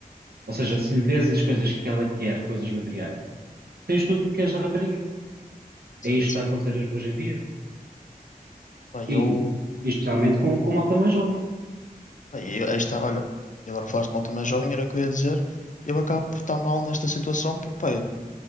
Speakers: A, on the right; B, on the left.
A: ou seja, se lhe des as coisas que ela quer, coisas materiais, tens tudo o que queres da rapariga.
B: Exato.
A: É isto que está a acontecer hoje em dia.
B: Bem, eu,
A: E, e especialmente com, com malta mais jovem.
B: bem, eu- aí está, olha, e agora falaste mal também jovem, era o que eu ia dizer, eu acabo por estar mal nesta situação, porque, bem,